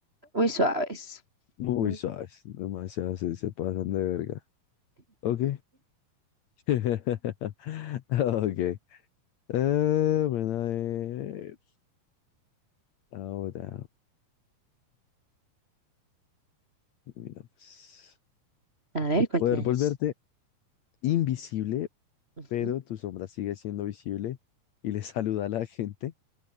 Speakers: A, on the right (about 30°); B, on the left (about 65°).
A: Muy suaves.
B: Muy
A: Mm.
B: suaves, demasiado se, se pasan de verga. Ok. <laughs> Ok. Ah, bueno, a ver. Ahora, mira, pues,
A: A ver, ¿cuál
B: Poder
A: tenés?
B: volverte invisible,
A: Ujú.
B: pero tu sombra sigue siendo visible y le <laughs> saluda a la gente.